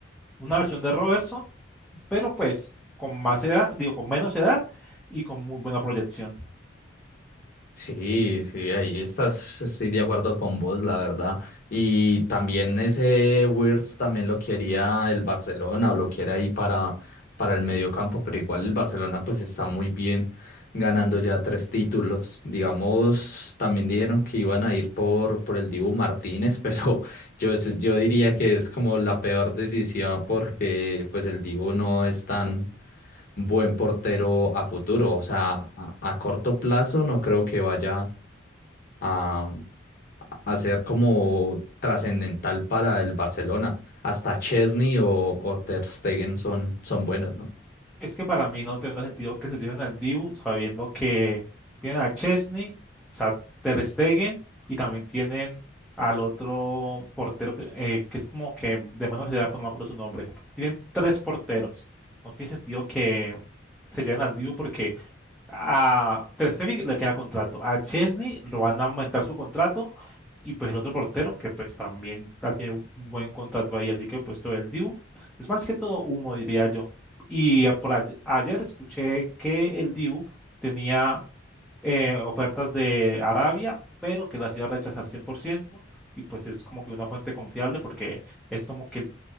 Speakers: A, in the centre; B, on the left (about 50°).
A: una versión de Robertson pero pues con más edad, digo, con menos edad y con muy buena proyección.
B: Sí, sí, ahí estás, estoy de acuerdo con vos, la verdad. Y también ese Wirtz también lo quería el Barcelona o lo quiere ahí para, para el medio campo, pero igual el Barcelona pues está muy bien ganando ya tres títulos. Digamos, también dijeron que iban a ir por, por el Dibu Martínez, pero <laughs> yo, es- yo diría que es como la peor decisión porque pues el Dibu no es tan buen portero a futuro. O sea, a, a corto plazo no creo que vaya a, mm, a ser como trascendental para el Barcelona. Hasta Chesney o, o Ter Stegen son, son buenos, ¿no?
A: Es que para mí no tendrá sentido que se lleven al Dibu sabiendo que tienen a Chesney, o sea, Ter Stegen y también tienen al otro portero que, eh, que es como que de menos edad, pero no me acuerdo su nombre. Tienen tres porteros. No tiene sentido que se lleven al Dibu porque A Ter Stegen le queda contrato. A Chesney lo van a aumentar su contrato. Y pues el otro portero, que pues también ya tiene un buen contrato ahí, así que pues todo el Dibu. Es más que todo humo, diría yo. Y eh, por ay- ayer escuché que el Dibu tenía eh, ofertas de Arabia, pero que las iba a rechazar 100%. Y pues es como que una fuente confiable porque es como que el,